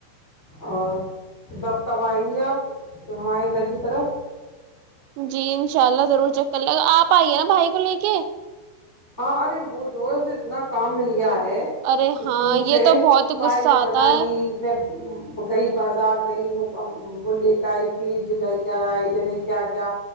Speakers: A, on the left (about 35°); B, on the right (about 90°).
A: اور جب کب آئیں گی آپ ہمارے گھر کی طرف
B: جی انشاء اللہ ضرور چک کر لے گا آپ آئیے نا بھائی کو لے کے
A: ہاں ارے وہ جو ہے اسے اتنا کام مل گیا ہے ہے
B: ارے
A: اسکول
B: ہاں یہ
A: سے
B: تو بہت
A: فائلیں
B: غصہ
A: بنانی
B: آتا ہے
A: میں گئی بازار گئی وہ وہ لے کے آئی پیج لے کر آئے ع کیا کیا